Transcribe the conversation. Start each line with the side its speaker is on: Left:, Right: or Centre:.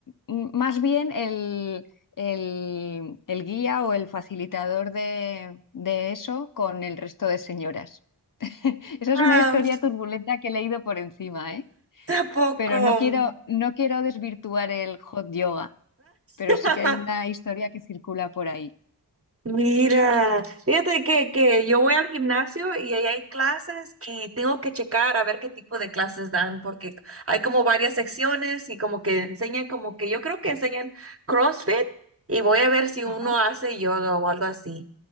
Left: mm, más bien el, el- el guía o el facilitador de, de eso con el resto de señoras. <laughs> Esa es
Right: Ah,
Left: una historia
Right: <laughs>
Left: turbulenta
Right: o
Left: que he leído por encima, ¿eh?
Right: poco.
Left: Pero no quiero, no quiero desvirtuar el hot yoga, pero
Right: <laughs>
Left: sí que hay una historia que circula por ahí.
Right: Mira, fíjate que, que yo voy al gimnasio y ahí hay clases que tengo que checar a ver qué tipo de clases dan, porque hay como varias secciones y como que enseñan, como que yo creo que enseñan CrossFit y voy a ver si uno
Left: Ajá.
Right: hace yoga o algo así.